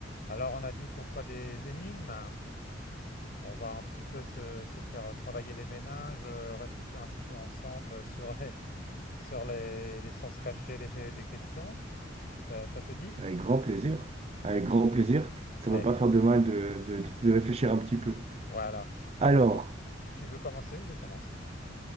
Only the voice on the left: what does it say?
Alors, on a dit qu'on fera des énigmes. On va un petit peu se, se faire travailler les méninges, euh, réfléchir un petit peu ensemble sur les, <laughs> sur les, les sens cachés des, des questions. Ça, ça te dit?
Allez,
voilà.
Alors, on- tu veux commencer ou je commence?